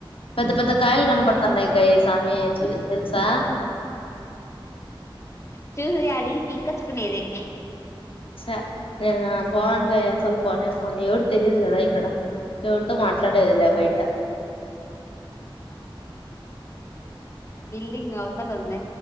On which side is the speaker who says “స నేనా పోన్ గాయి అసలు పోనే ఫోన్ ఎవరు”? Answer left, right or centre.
Left